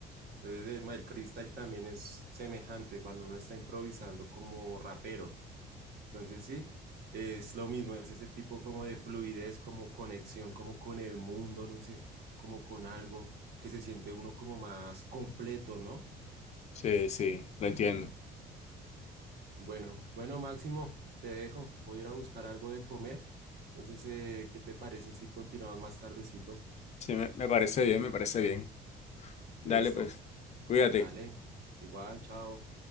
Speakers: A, on the right (about 70°); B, on the left (about 40°).
A: Entonces, el el freestyle también es semejante cuando uno está improvisando como rapero. Entonces sí, es lo mismo, es ese tipo como de fluidez, como conexión, como con el mundo, no sé, como con algo que se siente uno como más completo, ¿no?
B: Sí, sí, lo entiendo.
A: Bueno, bueno, Máximo, te dejo, voy a ir a buscar algo de comer. Entonces, eh, ¿qué te parece si continuamos más tardecito?
B: Sí, me, me parece bien, me parece bien. Dale,
A: Listo,
B: pues, cuídate.
A: dale, igual, chao.